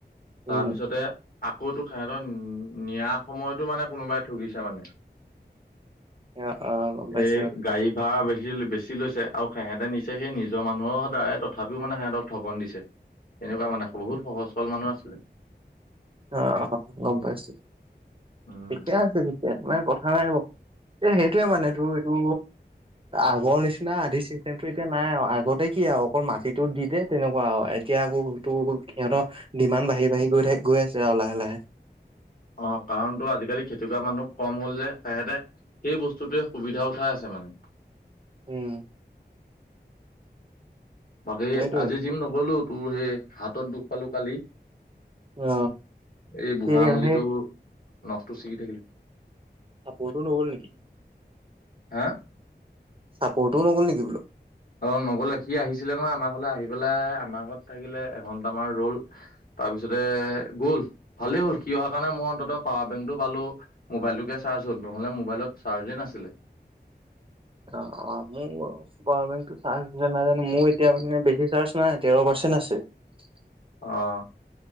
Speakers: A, on the right; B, on the left.
A: উম
B: তাৰপিছতে, আকৌতো সিহঁতৰ নিয়া সময়তো মানে। কোনোবাই ঠগিছে মানে।
A: অ অ গম পাইছো
B: এই গাড়ী ভাড়া বেছি। বেছি লৈছে আৰু সিহঁতে নিছেহি নিজৰ মানুহৰ সদায়, তথাপিও মানে সিহঁতক ঠগন দিছে। এনেকুৱা মানে, বহুত সহজ-সৰল মানুহ আছিলে।
A: অ অ', গম পাইছো,
B: উম
A: ঠিকে আছে ঠিকয়া ইমান কথা নাই বাৰু, এ সেইটোয়ে মানেটোৰ এইটো। আগৰ নিচিনা আধি চিষ্টেমটো এতিয়া নাই আৰু আগতে কি আৰু অকল মাটিটো দি দে, তেনেকুৱা আৰু। এতিয়া আকৌ সেইটো, সিহঁতৰ ডিমান বাঢ়ি বাঢ়ি গৈ থাক, গৈ আছে আৰু লাহে লাহে।
B: অ' কাৰণতো আজিকালি খেতি কৰা মানুহ কম হ'ল যে সেহেঁতে। সেই বস্তুটোৱে সুবিধা উঠাই আছে মানে।
A: উম
B: বাকী,
A: সেইটোৱে
B: আজি জিম নগ'লো, তোৰ সেই হাতত দুখ পালো কালি।
A: অ
B: এই
A: কি
B: বুঢ়া
A: সেই
B: আঙুলিটো, নখটো ছিগি থাকিলে।
A: চাপৰ্টো নহ'ল নেকি?
B: হা,
A: চাপোৰ্টও নগ'ল নেকি বোলো?
B: অ' নগ'লে, সি আহিছিলে নহয় আমাৰ ঘৰলে, আহি পেলাই আমাৰ ঘৰত থাকিলে, এঘন্টামান ৰ'ল। তাৰপিছতে গ'ল, ভালেই হ'ল, সি অহাৰ কাৰণে মই অন্তত পাৱাৰ বেংক টো পালো, মোবাইল টোকে চাৰ্জ। চাৰ্জ হ'ল, নহ'বা মোবাইলত চাৰ্জে নাছিলে।
A: অ' অ', মোৰ পাৱাৰ বেংকটো চাৰ্জ আছেনে নাই জানো, মোৰ এতিয়া মানে বেছি চাৰ্জ নাই তেৰ পাৰ্চেন্ট। পাৰ্চেন্ট আছে।
B: অ'।